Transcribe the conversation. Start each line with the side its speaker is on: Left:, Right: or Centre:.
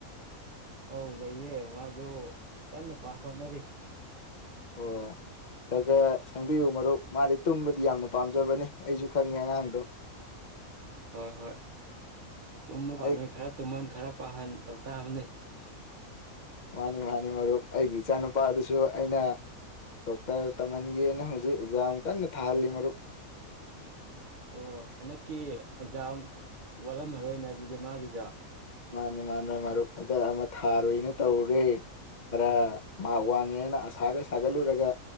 Right: ꯑꯧ ꯂꯩꯌꯦ ꯃꯥꯗꯨ ꯀꯟꯅ ꯄꯥ ꯍꯣꯠꯅꯔꯤ
Left: ꯑꯣ <unintelligible> ꯈꯪꯕꯤꯌꯨ ꯃꯔꯨꯞ ꯃꯥꯗꯤ ꯇꯨꯝꯕꯗꯤ ꯌꯥꯝꯅ ꯄꯥꯝꯖꯕꯅꯤ ꯑꯩꯁꯨ ꯈꯪꯉꯦ ꯑꯉꯥꯡꯗꯣ
Right: ꯍꯣꯏ ꯍꯣꯏ ꯇꯨꯝꯕ ꯄꯥꯝꯃꯤ
Left: ꯑꯩ
Right: ꯈꯔ ꯇꯨꯝꯃꯟ ꯈꯔ ꯄꯥꯍꯟ ꯇꯧ ꯇꯕꯅꯦ
Left: ꯃꯥꯅꯤ ꯃꯥꯅꯤ ꯃꯔꯨꯞ ꯑꯩꯒꯤ ꯏꯆꯥ ꯅꯨꯨꯄꯥꯗꯨꯁꯨ ꯑꯩꯅ ꯗꯣꯛꯇꯔ ꯇꯝꯍꯟꯒꯦꯅ ꯍꯧꯖꯤꯛ ꯑꯦꯛꯖꯥꯝ ꯀꯟꯅ ꯊꯥꯍꯜꯂꯤ ꯃꯔꯨꯞ
Right: ꯑꯣ ꯍꯟꯗꯛꯀꯤ ꯑꯦꯛꯖꯥꯝ ꯋꯥꯠꯂꯝꯃꯔꯣꯏꯅꯦ ꯑꯗꯨꯗꯤ ꯃꯥꯒꯤꯖ
Left: ꯃꯥꯅꯤ ꯃꯥ ꯃꯔꯨꯞ ꯑꯗ ꯑꯃ ꯊꯥꯔꯣꯏꯅ ꯇꯧꯔꯨꯔꯦ ꯈꯔ
Right: ꯎꯝ
Left: ꯃꯥꯒꯋꯥꯡ ꯅꯦꯅ ꯑꯁꯥꯒ ꯁꯥꯒꯠꯂꯨꯔꯒ